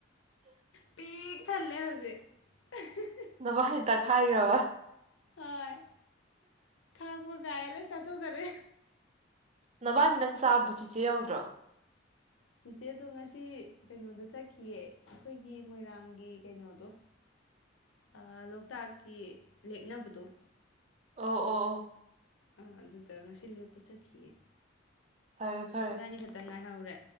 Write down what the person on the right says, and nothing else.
ꯅꯚꯅꯤ ꯇꯛꯈꯥꯏꯈ꯭ꯔꯕ?
ꯅꯚꯅꯤ ꯗꯪ ꯆꯥꯕꯨ ꯆꯤꯆꯦ ꯌꯥꯎꯗ꯭ꯔꯣ?
ꯑꯣ ꯑꯣ ꯑꯣ
ꯐꯔꯦ ꯐꯔꯦ